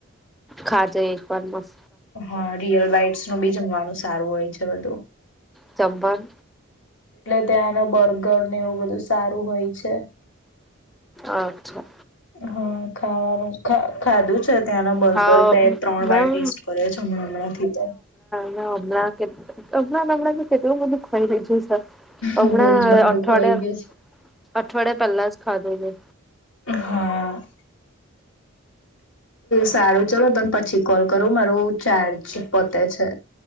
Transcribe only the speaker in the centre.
ખા જે એક વાર મસ્
ચંબાન
અચ્છા.
હા
મેમ
ના હમણાં કે હમણાં નમના થી કેટલું બધુ ખઈ લીધુંશ હમણા
અઠવાડિયા
અઠવાડિયા પહેલા જ ખાધો તો